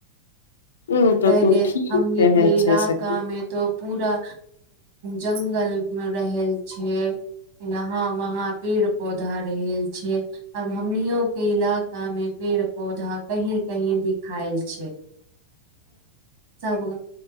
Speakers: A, on the left; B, on the right.
A: ओ तो
B: पहिले
A: तू ठीक
B: हमनी
A: कहै
B: के इलाकामे
A: छै सखी
B: तो पूरा जंगल मे रह छै यहाँ वहाँ पेड़ पौधे कटा रहेल छै आब हमनो के इलाका मे पेड़ पौधा कही कहीं दि खायल छै
A: <inaudible>
B: सब